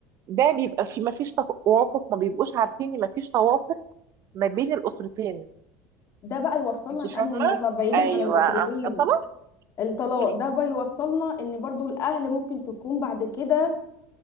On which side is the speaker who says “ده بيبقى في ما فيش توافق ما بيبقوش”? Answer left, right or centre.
Right